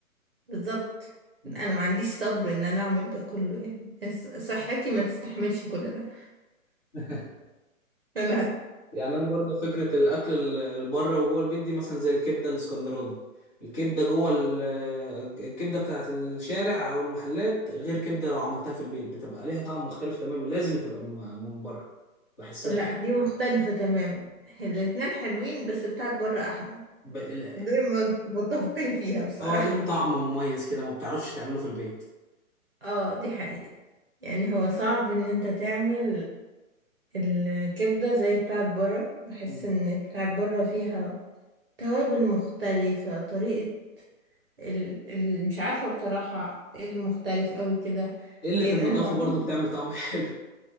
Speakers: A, on the right; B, on the left.
A: بالظبط
B: مم.
A: انا ما عنديش صبر ان انا اعمل ده كله يعني بس صحتي ما تستحملش كل ده
B: <laughs>
A: لا
B: يعني انا برضه فكرة الاكل ال- اللي بره وجوه البيت دي مثلا زي الكبدة الاسكندراني الكبدة جوه ال- الكبدة بتاعت الشارع او المحلات غير كبدة لو عملتها في البيت بتبقى ليها طعم مختلف تماما لازم تبقى م- من بره بحسها
A: لا
B: كده
A: دي مختلفة تماما الاتنين حلوين بس بتاعت بره احلى
B: ب... ال-
A: دي من- متفقين فيها بصراحة
B: اه ليها طعم مميز كده ما بتعرفش تعمله في البيت
A: اه دي حقيقة يعني هو صعب ان انت تعمل الكبدة زي بتاعت بره بحس
B: مم.
A: ان بتاعت بره فيها توابل مختلفة طريقة ال... ال... مش عارفة بصراحة ايه المختلف قوي كده
B: قلة
A: يعني
B: النظافة
A: انا بعمل
B: برضه بتعمل طعم <laughs> حلو